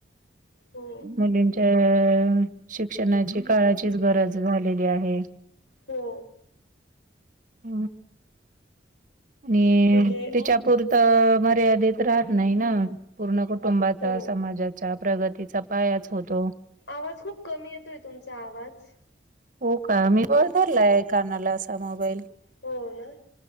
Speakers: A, on the left (about 85°); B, on the right (about 45°).
A: हो
B: मुलींच्या अ शिक्षणाची काळाचीच गरज झालेली आहे
A: हो
B: ह नी
A: म्हणजे
B: तिच्यापूर त मर्यादित राहत नाही ना पूर्ण कुटुंबाचा
A: हो
B: समाजाच्या प्रगतीचा पायाच होतो
A: आवाज खूप कमी येतोय तुमचा आवाज
B: हो का मी वर धरलाय कानाला असा मोबाईल
A: हो ना